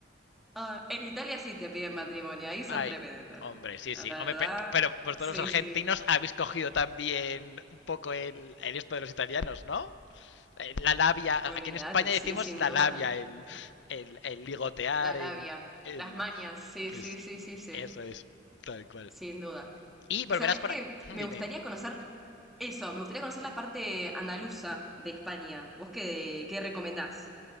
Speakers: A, in the centre; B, on the left.
A: ah, en Italia sí te piden matrimonio, ahí son
B: Ay,
A: tremendos.
B: hombre, sí,
A: La
B: sí.
A: verdad,
B: Hombre, pe- pero vosotros
A: sí,
B: los argentinos
A: sí.
B: habéis cogido también un poco el, el esto de los italianos, ¿no? Eh, La labia.
A: Olvídate,
B: Aquí en España
A: sí,
B: decimos
A: sin
B: la
A: duda.
B: labia, el, el, el ligotear,
A: La
B: el,
A: labia,
B: el...
A: las mañas, sí,
B: Es,
A: sí, sí, sí, sí,
B: eso es, tal cual.
A: sin duda.
B: Y
A: Y
B: volverás
A: sabes
B: por
A: que
B: aquí...
A: me
B: Dime,
A: gustaría
B: dime.
A: conocer eso, me gustaría conocer la parte andaluza de España. ¿Vos qué, qué recomendás?